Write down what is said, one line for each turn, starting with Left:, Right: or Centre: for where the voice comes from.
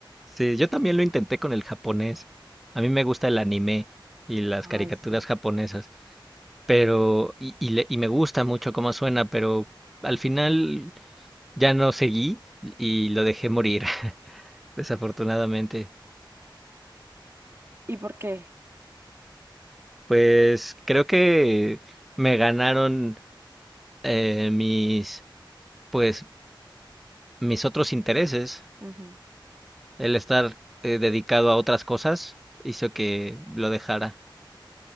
Centre: sí, yo también lo intenté con el japonés. A mí me gusta el anime y las
Right: Ay,
Centre: caricaturas
Right: sí.
Centre: japonesas. pero y, y le- y me gusta mucho cómo suena, pero al final ya no seguí y lo dejé morir, <laughs> desafortunadamente.
Right: ¿Y por qué?
Centre: Pues creo que me ganaron eh, mis, pues, mis otros intereses.
Right: Ujú.
Centre: El estar eh, dedicado a otras cosas hizo que lo dejara.